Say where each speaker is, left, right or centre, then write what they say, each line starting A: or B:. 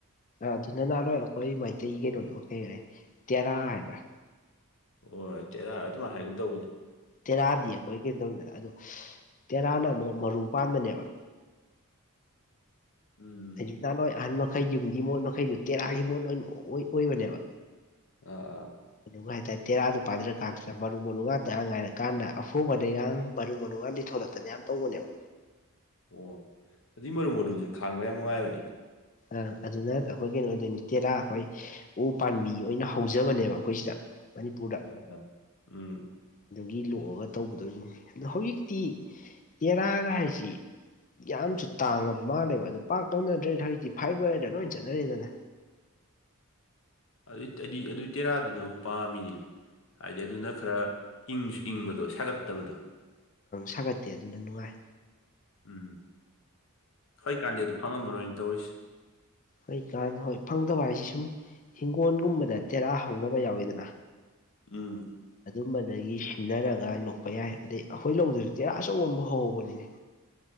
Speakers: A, on the left; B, on the left.
A: ꯑꯗꯨꯅ ꯅꯍꯥꯟꯋꯥ ꯑꯩꯈꯣꯏ ꯃꯩꯇꯩ ꯀꯩꯅꯣꯗꯣ ꯀꯩ ꯇꯦꯔꯥ ꯍꯥꯏꯕ꯭ꯔꯥ꯫
B: ꯑꯣꯏ ꯇꯦꯔꯥ ꯑꯗꯨꯃꯥꯏꯅ ꯍꯥꯏꯒꯨ ꯇꯧꯕꯅꯤ꯫
A: ꯇꯦꯔꯥꯗꯤ ꯑꯩꯈꯣꯏ ꯀꯩꯅ ꯇꯧꯔꯤꯗꯦꯅ ꯑꯗꯣ ꯇꯦꯔꯥꯅ ꯑꯃꯨꯛ ꯃꯔꯨ ꯄꯥꯟꯕꯅꯦꯕ꯫
B: ꯎꯝ꯫
A: ꯍꯥꯏꯗꯤ ꯅꯍꯟ ꯋꯥꯏ ꯑꯍꯟ ꯃꯈꯩ ꯌꯨꯝꯒꯤ ꯃꯣꯠ ꯃꯈꯩꯗꯨ ꯇꯦꯔꯥꯒꯤ ꯃꯣꯠ ꯂꯣꯏ ꯑꯣꯏꯕꯅꯦꯕ꯫
B: ꯑ ꯑ꯫
A: ꯑꯗꯨꯒ ꯍꯥꯏꯇꯥꯔꯦ ꯇꯦꯔꯥꯗꯨ ꯄꯥꯊꯔꯀꯥꯟꯗ ꯃꯔꯨ ꯃꯔꯨ ꯉꯥꯛꯇ ꯉꯥꯏꯔꯀꯥꯟꯗ ꯑꯐꯨꯕꯗꯒꯥꯡ꯫ ꯃꯔꯨ ꯃꯔꯨ ꯉꯗꯤ ꯊꯣꯛꯂꯛꯇꯅ ꯌꯥꯝꯅ ꯇꯧꯕꯅꯦꯕ꯫
B: ꯑꯣ ꯑꯗꯨꯏ ꯃꯔꯨ ꯃꯔꯨꯗꯨꯗꯤ ꯈꯥꯡꯕ ꯌꯥꯝ ꯅꯨꯡꯉꯥꯏꯕꯅꯤ꯫
A: ꯑ ꯑꯗꯨꯅ ꯑꯩꯈꯣꯏ ꯀꯩꯅꯣ ꯑꯣꯏꯗꯣꯏꯅꯤ ꯇꯦꯔꯥ ꯑꯩꯈꯣꯏ꯫ ꯎ ꯄꯥꯝꯕꯤ ꯑꯣꯏꯅ ꯍꯧꯖꯕꯅꯦꯕ ꯑꯩꯈꯣꯏ ꯁꯤꯗ ꯃꯅꯤꯄꯨꯔꯗ꯫
B: ꯎ ꯎꯝ꯫
A: ꯑꯗꯨꯒꯤ ꯂꯣꯛꯑꯒ ꯇꯧꯒꯗꯧꯁꯤꯡꯁꯅꯤ ꯑꯗꯣ ꯍꯧꯖꯤꯛꯇꯤ ꯇꯦꯔꯥꯒ ꯍꯥꯏꯁꯤ꯫ ꯌꯥꯝꯁꯨ ꯇꯥꯡꯉꯕ ꯃꯥꯜꯂꯦꯕ ꯑꯗꯨ ꯄꯥꯛ ꯇꯧꯅꯗ꯭ꯔꯦꯗ ꯍꯧꯖꯤꯛꯇꯤ ꯐꯥꯏꯕꯋꯔꯗ ꯂꯣꯏ ꯆꯠꯅꯔꯦꯗꯅ꯫
B: ꯑꯣ ꯑꯗꯨꯏ ꯑꯗꯨ ꯑꯗꯨꯏ ꯇꯦꯔꯥꯗꯨꯅ ꯑꯃꯨꯛ ꯄꯥꯝꯃꯤꯅꯤꯅꯦ꯫ ꯍꯥꯏꯗꯤ ꯑꯗꯨꯅ ꯈꯔ ꯏꯪꯁꯨ ꯏꯪꯕꯗꯣ ꯁꯥꯒꯠꯇꯕꯗꯣ꯫
A: ꯁꯥꯒꯠꯇꯦ ꯑꯗꯨꯅ ꯅꯨꯡꯉꯥꯏ꯫
B: ꯎꯝ ꯍꯣꯏ ꯀꯥꯟꯗꯤ ꯑꯗꯨ ꯐꯪꯉꯝꯃꯔꯣꯏꯅ ꯇꯧꯔꯤꯁꯦ꯫
A: ꯍꯖꯤꯀꯥꯟ ꯍꯣꯏ ꯐꯪꯗꯕ ꯍꯥꯏꯁꯤ ꯁꯨꯝ ꯍꯤꯡꯒꯣꯜꯒꯨꯝꯕꯗ ꯇꯦꯔꯥ ꯍꯧꯅꯕ ꯌꯥꯎꯋꯤꯗꯅ꯫
B: ꯎꯝ꯫
A: ꯑꯗꯨꯝꯕꯗꯒꯤ ꯁꯤꯟꯅꯔꯒ ꯂꯣꯛꯄ ꯌꯥꯏ ꯑꯗꯩ ꯑꯩꯈꯣꯏ ꯂꯧꯗꯨꯁꯨ ꯇꯦꯔꯥ ꯑꯆꯧꯕ ꯑꯃ ꯍꯧꯕꯅꯤꯅꯦ